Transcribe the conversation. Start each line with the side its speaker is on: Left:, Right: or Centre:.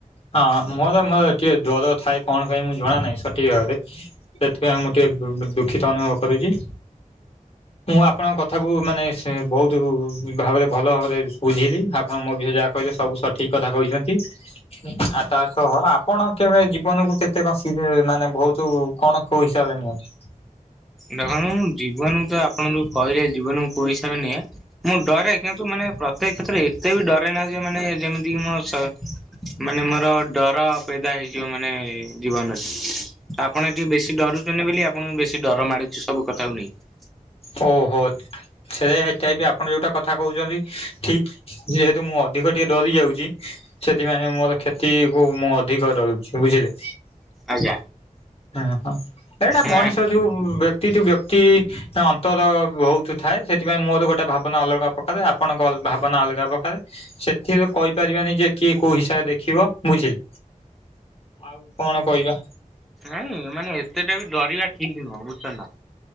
Left: ହଁ ମୋରୋ ମୋର ଟିକେ ଡର ଥାଏ କଣ ପାଇଁ ମୁଁ ଜଣା ନାହିଁ ସଠିକ ଭାବରେ। ସେଥିପାଇଁ ମୁଁ ଟିକେ ଦୁଃ ଦୁଃଖିତ ଅନୁଭବ କରୁଚି। ମୁଁ ଆପଣଙ୍କ କଥାକୁ ମାନେ ସେ ବୋହୁତ ଭାବରେ ଭଲ ଭାବରେ ବୁଝେଇଲି ଆପଣ ମୋ ବିଷୟରେ ଯାହା କହିଲେ ସବୁ ସଠିକ କଥା କହିଛନ୍ତି। ଆଉ ତାସହ ଆପଣ କେବେ ଜୀବନକୁ କେତେ କଁ ସିରି ମାନେ ବୋହୁତୁ କଣ କୋଉ ହିସାବରେ ନିଅନ୍ତି। <inaudible>
Centre: ଦେଖନ୍ତୁ ମୁଁ ଜୀବନକୁ ତ ଆପଣ ଯୋଉ କହିଲେ ଜୀବନକୁ କୋଉ ହିସାବରେ ନିଏ। ମୁଁ ଡରେ କିନ୍ତୁ ମାନେ ପ୍ରତେକ କ୍ଷେତ୍ରରେ ଏତେ ବି ଡରେ ନାହିଁ ଯେ ମାନେ ଯେମି ଡି ମସ ମାନେ ମୋର ଡର ପେଦା ହେଇଯିବ ମାନେ ଜୀବନରେ। ଆପଣ ଏ ଟିକେ ବେଶୀ ଡରୁଛନ୍ତି ବୋଲି ଆପଣଙ୍କୁ ବେଶୀ ଡର ମାଡୁଚି ସବୁ କଥାକୁ ନେଇକି।
Left: ଓହୋ ଛେର ଏଟା ବି ଆପଣ ଯୋଉଟା କଥା କହୁଛନ୍ତି ଠିକ୍। ଯେହେତୁ ମୁଁ ଅଧିକ ଟିକେ ଡରି ଯାଉଚି ସେଥିପାଇଁ ମୋର କ୍ଷତିକୁ ମୁଁ ଅଧିକ ଡରୁଛି ବୁଝିଲେ।
Centre: ଆଜ୍ଞା।
Left: ହୁଁ ହଁ ଏଇଟା ମଣିଷ
Centre: ନା
Left: ଯୋଉ ବ୍ୟକ୍ତି ଟୁ‌ ବ୍ୟକ୍ତି ଅନ ନ୍ତର ବହୁତ ଥାଏ ସେଥିପାଇଁ ମୋର ଗୋଟେ ଭାବନା ଅଲଗା ପ୍ରକାରେ ଆପଣଙ୍କ ଅ ଭାବନା ଅଲଗା ପ୍ରକାରେ। ସେଥିରେ କହିପାରିବାନି ଯେ କିଏ କୋଉ ହିସାବରେ ଦେଖିବ ବୁଝିଲି। ଆଉ କଣ କହିବା।
Centre: ନାଇଁ ମାନେ ଏତେଟା ବି ଡରିବା ଠିକ ନୁହଁ ବୁଜଚନା।